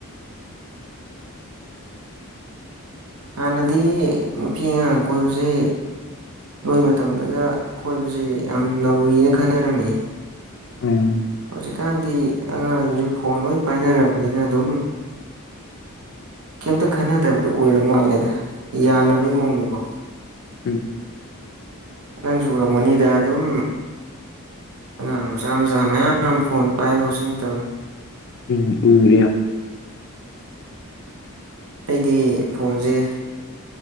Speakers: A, on the right; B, on the left.
A: ꯍꯥꯟꯅꯗꯤ ꯅꯨꯄꯤ ꯑꯉꯥꯡ ꯀꯣꯏꯕꯁꯤ ꯅꯣꯏ ꯃꯇꯝꯗꯒ ꯀꯣꯏꯕꯁꯦ ꯌꯥꯝ ꯅꯧꯔꯤꯅ ꯈꯟꯅꯔꯝꯃꯤ
B: ꯎꯝ
A: ꯍꯧꯖꯤꯛꯀꯥꯟꯗꯤ ꯑꯉꯥꯡꯁꯤꯡꯁꯨ ꯐꯣꯟ ꯂꯣꯏ ꯄꯥꯏꯅꯔꯕꯅꯤꯅ ꯑꯗꯨꯝ ꯀꯩꯝꯇ ꯈꯟꯅꯗꯕꯗꯨ ꯑꯣꯏꯔ ꯃꯥꯜꯂꯦꯗ ꯌꯥꯅꯕꯩ ꯃꯑꯣꯡꯗꯀꯣ
B: ꯎꯝ
A: ꯅꯪꯁꯨ ꯎꯔꯝꯃꯅꯤꯗ ꯑꯗꯨꯝ ꯑꯉꯥꯡ ꯃꯆꯥ ꯃꯆꯥ ꯃꯌꯥꯝ ꯐꯣꯟ ꯄꯥꯏꯕ ꯍꯧꯖꯤꯛ ꯃꯇꯝ
B: ꯎꯝ ꯎꯔꯦ ꯌꯥꯝ
A: ꯑꯩꯗꯤ ꯐꯣꯟꯁꯦ